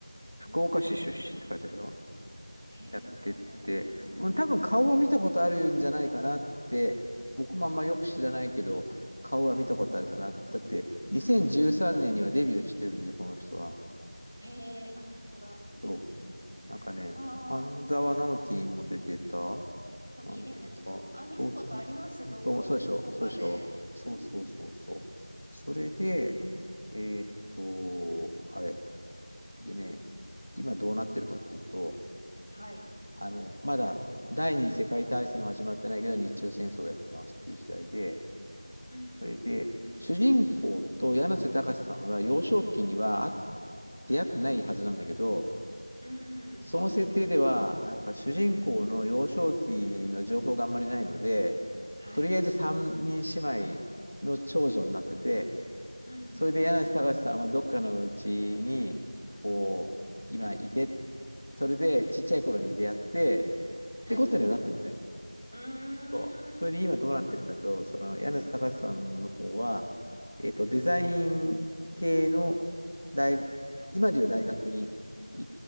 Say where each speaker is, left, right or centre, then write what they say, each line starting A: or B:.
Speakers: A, on the left; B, on the right.
A: 福岡市出身って書いてあるよ。
B: うん。へえ、
A: やってって、
B: 今田美桜さん。
A: うん多分顔は見たことあるんじゃないかなって、僕もあんまよく知らないけど、顔は見たことあるかな。
B: うんうん。
A: だって、2013年にはデビューしてるので、この人は。
B: へえ、あ、本当だ。美桜今田さん。
A: そう。なんかね、
B: わあ、
A: 半沢直樹にも出てた、
B: あ、
A: なんとか、
B: 綺麗な人。あ、見たことあります。
A: 東京、
B: どっか、
A: 本そうでしょ、
B: どこかで。
A: そうでしょ。そうそうそうそう。
B: うん。
A: それで、えーっと、あれ。でね、今どうなってるかっていうと、
B: はい。
A: あの、まだ第二次世界大戦は始まってないけど、日中戦争をやってますっていう時代で、
B: うんうん
A: それで、主人公と柳瀬隆さんは幼少期にはあ出会ってないはずなんだけど、
B: うん。うん。
A: その設定では、なんか主人公の幼少期の情報があんまりないので、
B: はい。
A: とりあえず三人姉妹の長女になってて、
B: うんうんうん。
A: それで柳瀬隆さんはどっかのうちに、こう、今いて、それでちっちゃい頃に出会って、
B: はい。
A: ってことにはなってるのね。
B: うーん。
A: そう。
B: うん
A: それで今どうなってるかと、その柳瀬隆さんの方は、えっと、デザイン系の大、今でいう大学にい